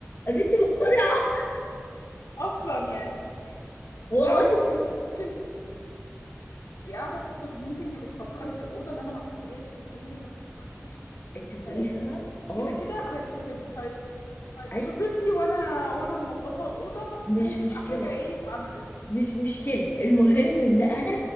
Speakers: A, on the left (about 40°); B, on the left (about 80°).
A: قالوا لي انت مقتنعه
B: <laughs> اصلا يعني
A: والله
B: لا وممكن تبقي قاعده في الميتنج بتفكري في الاوضه اللي انا ما عملتهاش والسرير اللي انا ما عملتهاش
A: انت بتقولي
B: فيعني
A: فيها اه
B: كده كده هيتخصم لي في- هيتخصم
A: اي
B: لي وانا وانا منظفه الاوضه
A: مش
B: هتبقى
A: مشكله
B: حاجه ايه اتعملت
A: مش مشكله المهم ان انا